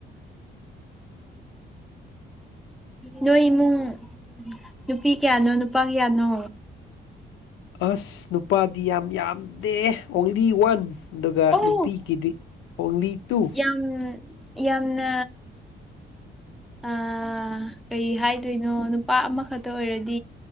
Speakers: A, in the centre; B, on the left (about 80°).
A: ꯅꯣꯏ ꯏꯃꯨꯡ ꯅꯨꯄꯤ ꯀꯌꯥꯅꯣ ꯅꯨꯄꯥ ꯀꯌꯥꯅꯣ
B: ꯑꯁ ꯅꯨꯄꯥꯗꯤ ꯌꯥꯝ ꯌꯥꯝꯗꯦ ꯑꯣꯡꯂꯤ ꯋꯥꯟ ꯑꯗꯨꯒ
A: ꯑꯣ
B: ꯅꯨꯄꯤꯒꯤꯗꯤ ꯑꯣꯡꯂꯤ ꯇꯨ
A: ꯌꯥꯝ ꯌꯥꯝꯅ ꯑ ꯀꯩ ꯍꯥꯏꯗꯣꯏꯅꯣ ꯅꯨꯄꯥ ꯑꯃꯈꯛꯇ ꯑꯣꯏꯔꯗꯤ